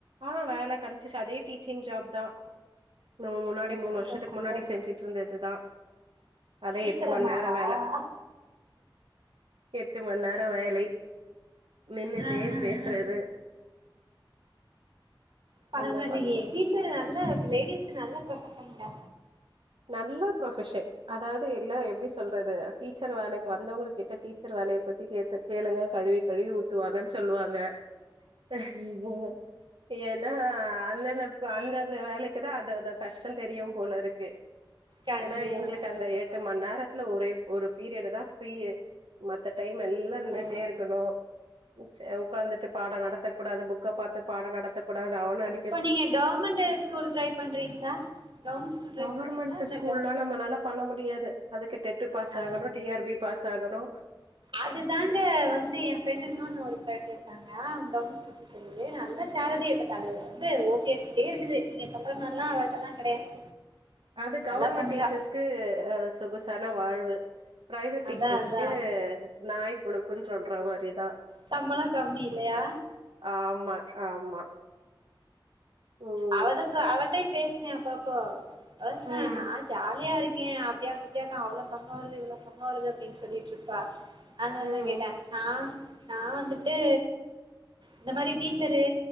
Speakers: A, on the right; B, on the right.
A: ஆ வேல கெடச்சிச்சு அதே டீச்சிங் ஜாப் தா நம்ம முன்னாடி
B: ஓ
A: மூனு
B: சூப்பர்
A: வர்ஷத்துக்கு
B: சூப்பர்
A: முன்னாடி செஞ்சு ட்ருந்ததுதா அதே
B: டீச்சர்
A: எட்டு மண்
B: அம்மாவா
A: நேர வேல எட்டு மண் நேர வேலை நின்னுட்டே
B: ஆ ஆ
A: பேசுறது
B: ஆ பரவால்லையே
A: என்ன பண்றது
B: டீச்சரு நல்ல லேடிஸ்க்கு நல்ல ப்ரொஃபசன்ங்க
A: நல்ல ப்ரொஃபஷன் அதாவது எல்லா எப்டி சொல்றது டீச்சர் வேலைக்கு வந்தவங்களு கிட்ட டீச்சர் வேலய பத்தி கேட்டே கேளுங்க கழுவி கழுவி ஊத்துவாங்கன் சொல்வாங்க க <unintelligible> ஏன்னா அண்ணன ப அந்தப் ந்த வேலைக்குதா அந்த அத கஷ்டந் தெரியு போல இருக்கு
B: கண்டிப்பா
A: ஏன்னா எங்ளுக்கு
B: கண்டிப்பா
A: அந்த எட்டு மண் நேரத்துல ஒரே ஒரு பீரியடு தா ஃப்ரியே மத்த டைம் எல்லா நின்னுட்டே
B: ஓ
A: இருக்கணு செ உட்காந்துட்டு பாடொ நடத்தக்கூடாது புக்க பாத்து பாடொ நடத்தக்கூடாது அவன அடி
B: இப்ப நீங்க கவர்மெண்ட்டு ஸ்கூல் ட்ரை பண்றீங்ளா கவ்ர்மெண்ட் ஸ்கூல் ட்ரை
A: கவர்மெண்ட்டு
B: பண்றீங்களா இல்ல
A: ஸ்கூல்லா
B: க
A: நம்மனால பண்ண முடியாது அதுக்கு டெட்டு பாஸ்
B: ஆ
A: ஆகணு டிஆர் பி பாஸ் ஆகணு
B: அது தாங்க வந்து எ ஃப்ரெண்டு இன்னொன்னு ஒரு ஃப்ரெண்டு இருக்காங்க அவுங்க கவர்மெண்ட் ஸ்கூல் செரி நல்ல சேல்ரி பட் அது வந்து ஓபி அடிச்சுட்டே இருக்குது நீங்க சொல்ற மார்ல்லா அவள்டெல்லா கெடையாது
A: அது கெவுர்மெண்ட்
B: நல்லா பண்றா
A: டீச்சர்ஸ்க்கு சொகுசான வாழ்வு பிரைவேட்
B: அதா
A: டீச்சர்ஸ்க்கு
B: அதா
A: நாய் பொழப்புன்னு சொல்ற மாரிதா
B: சம்பளொ கம்மி இல்லயா
A: ஆமா ஆமா ம்.
B: அவதா சொ அவள்டயு பேசுவே அப்ப அப்போ அவத சொன்ன
A: ம்.
B: நா ஜாலியா இருக்கே அப்டியாக்கு இப்டியாக்கு அவ்வளோ சம்ப்ளொ வருது இவ்ளோ சம்ப்ளொ வருது அப்டின்னு சொல்லிட்டு இருப்பா அதுனாலதா
A: ம்.
B: கேட்டே நா நா வந்துட்டு இந்த மாரி டீச்சரு